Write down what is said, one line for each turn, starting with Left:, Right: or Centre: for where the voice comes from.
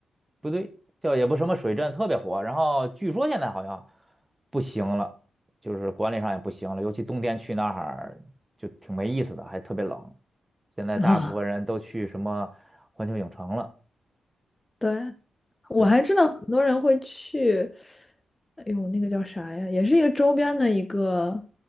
Right: 不对，叫也不什么水镇特别火，然后据说现在好像不行了，就是管理上也不行了，尤其冬天去那儿就挺没意思的，还特别冷。现在大部分人都去什么环球影城了，
Left: <laughs> 啊，对，我还知道很多人会去，
Right: 对，
Left: 哎呦，那个叫啥呀？也是一个周边的一个